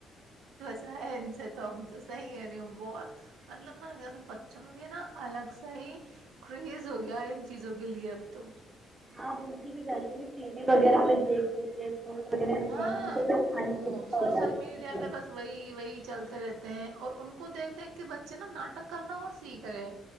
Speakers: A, on the right (about 90°); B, on the right (about 25°).
A: چاہے ان سے تو ہم تو صحیح کہہ رہی ہوں بہت مطلب نا کیس بچوں میں بھی ہے نا الگ سےح ہی کریز ہو گیا ہے ان چیزوں کے لیے اب تو
B: ہاں ا ان کی بھی غلطی نہیں ٹی وی وغیرہ میں دیکھ لیتے فون وغیرہ میں
A: ہاں
B: دیکھ لیتے تو کھانے
A: وہ
B: کی اچھا
A: سوشل
B: ہو جاتی
A: میڈیا
B: ہے ان کی
A: پہ بس وہی وہی چلتے رہتے ہیں اور ان کو دیکھ دیکھ کے بچے نا ناٹک کرنا اور سیکھ رہے ہیں